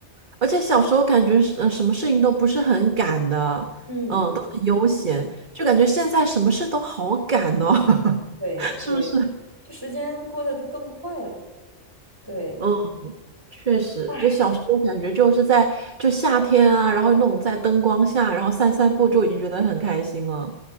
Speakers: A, on the right (about 45°); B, on the right (about 20°).
A: 而且小时候感觉是呃什么事情都不是很赶的，
B: 嗯嗯嗯。
A: 嗯，都很悠闲，就感觉现在什么事都好赶哦，<laughs>
B: 对对，
A: 是不是？
B: 就时间过得更快了。对，
A: 嗯，确实，
B: 哎，
A: 就小时候感觉就是在就夏天啊，然后那种在灯光下，然后散散步就已经觉得很开心了，